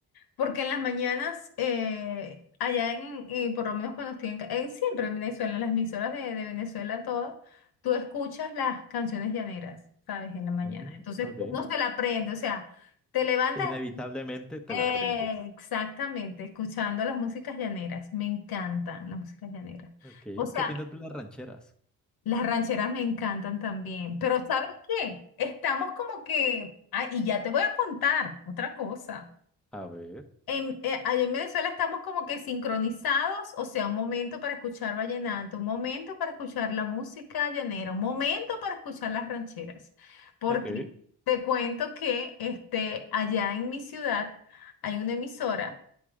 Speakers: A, on the left; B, in the centre.
A: Porque en las mañanas, eh, allá en, eh, por lo menos cuando estoy en, ca- en- siempre en Venezuela, en las emisoras de, de Venezuela, todas, tú escuchas las canciones llaneras, ¿sabes? En la mañana.
B: mm,
A: Entonces
B: ok.
A: uno se la aprende, o sea, te levantas
B: Inevitablemente te
A: eh,
B: la aprendes.
A: exactamente, escuchando las músicas llaneras, me encantan las músicas llaneras.
B: Ok.
A: O sea,
B: ¿Qué opinas de las rancheras?
A: las rancheras me encantan también, pero ¿sabes qué? Estamos como que, ah, y ya te voy a contar otra cosa.
B: a ver,
A: En, eh, allá en Venezuela estamos como que sincronizados, o sea, un momento para escuchar vallenato, un momento para escuchar la música llanera, un momento para escuchar las rancheras, porque
B: ok,
A: te cuento que este, allá en mi ciudad hay una emisora